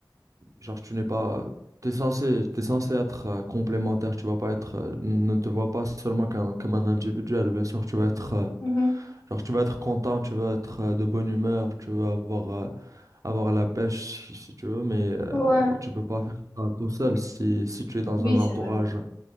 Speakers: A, on the right (about 45°); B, on the left (about 65°).
A: genre tu n'es pas t'es censé t'es censé être euh, complémentaire, tu vas pas être euh, ne te vois pas seulement qu'un comme un individuel, bien sûr, tu vas être euh,
B: Mhm.
A: genre tu vas être content, tu vas être euh, de bonne humeur, tu vas avoir euh, avoir la pêche si, si tu veux, mais euh,
B: ouais,
A: tu peux pas faire ça tout seul si, si tu es dans
B: Oui,
A: un entourage,
B: c'est vrai.